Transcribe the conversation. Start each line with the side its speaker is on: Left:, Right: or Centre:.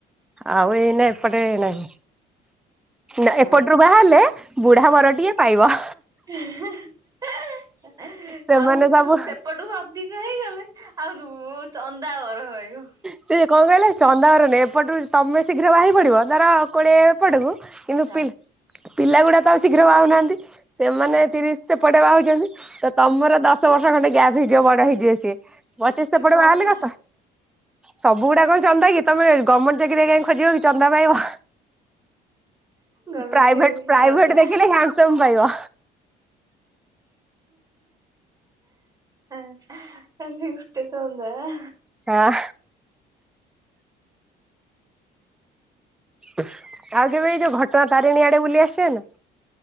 Centre: ଆଉ ଏଇନେ ଏପଟେ ନାହିଁ। ନା
Right: ହୁଁ
Centre: ଏପଟ ରୁ ବାହା ହେଲେ ବୁଢା ବର ଟିଏ ପାଇବ।
Right: ଇ, ହିଁ, ହିଁ, ହିଁ
Centre: ସେମାନେ
Right: ଆଉ
Centre: ସବୁ
Right: ସେପଟୁ ଅଧିକ ହେଇଗଲେ ଆଉ ରୁ ଚନ୍ଦାବର ପାଇବେ।
Centre: ସେକଣ କହିଲେ ଚନ୍ଦା ବର ନୁହେଁ, ଏପଟରୁ ତମେ ଶୀଘ୍ର ବାହା ହେଇ ପଡବ ଧର କୋଡ଼ିଏ ଏ ପଟକୁ କିନ୍ତୁ
Right: ହଁ
Centre: ପିଲା ଗୁଡା ତ ଆଉ ଶୀଘ୍ରବାହା ହୁଉ ନାହାନ୍ତି ସେମାନେ
Right: ହଁ।
Centre: ତିରିଶ ସେ ପଟେ ବାହା ହଉଛନ୍ତି ତ ତମର ଦଶ ବର୍ଷ ଖଣ୍ଡେ ଗ୍ୟାପ୍ ହେଇଯିବ ବଡ ହେଇଯିବ ସିଏ। ପଚିଶ ସେପଟେ
Right: ହଁ
Centre: ବାହାହେଲେ
Right: ପା
Centre: <inaudible> ସବୁ ଗୁଡାକ କଣ ଚନ୍ଦା କି ତମେ ଗମେଣ୍ଟ ଚାକିରି କାଇଁ ଖୋଜିବ କି ଚନ୍ଦା ପାଇବ।
Right: ଗଭର୍ଣମେଣ୍ଟ
Centre: ପ୍ରାଇଭେଟ
Right: ଚାକିରି
Centre: ପ୍ରାଇଭେଟ
Right: ଚନ୍ଦା।
Centre: ଦେଖିଲେ ହ୍ୟାଣ୍ଡସମ୍ ପାଇବା।
Right: ଆ, ଆଜି ଗୁଟେ ଚନ୍ଦା ଆ,
Centre: ହଁ, ଆ ଆଉ କେବେ ଏଇ ଯୋଉ ଘଟଣା ତାରିଣୀ ଆଡେ ବୁଲି ଆସଛନ୍ତି।